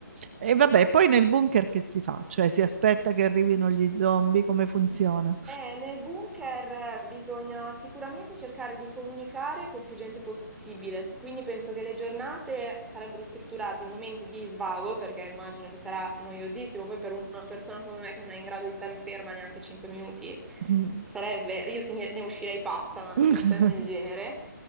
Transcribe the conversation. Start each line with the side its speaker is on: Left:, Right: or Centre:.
Right: eh. E vabbè, poi nel bunker che si fa? Cioè si aspetta che arrivino gli zombie, come funziona?
Centre: Eh, nel bunker eh, bisogna sicuramente cercare di comunicare con più gente possibile, quindi penso che le giornate sarebbero strutturate in momenti di svago, perché immagino che sarà noiosissimo, poi per una persona come me che non è in grado di stare ferma neanche 5 minuti,
Right: Mm.
Centre: sarebbe, io finire- ne uscirei pazza da una
Right: <laughs>
Centre: situazione del genere.